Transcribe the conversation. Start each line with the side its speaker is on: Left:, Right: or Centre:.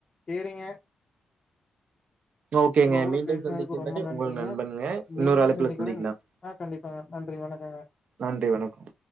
Left: செரிங்க
Right: ஓகேங்க.
Left: உங்க கூட
Right: மீண்டும்
Left: பேசுனதுக்கு
Right: சந்திக்கும்
Left: ரொம்ப
Right: வரை
Left: நன்றிங்க
Right: உங்கள் நண்பன்ங்க. இன்னொரு
Left: மீண்டும்
Right: அழைப்புல
Left: சந்திக்கிற
Right: சந்திக்கலாம்.
Left: ஆ கண்டிப்பா நன்றி வணக்
Right: நன்றி வணக்கம்